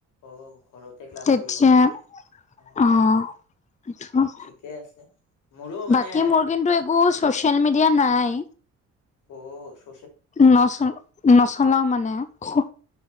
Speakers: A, on the left; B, on the left.
A: অ' ঘৰতে ক্লাছ
B: তেতিয়া
A: কৰিব পাৰি যে। অ'
B: উম, এইটো
A: ঠিকে আছে। মোৰো মানে
B: বাকী মোৰ কিন্তু একো ছচিয়েল মিডিয়া নাই।
A: অ, চ
B: নচ নচলাও মানে। খো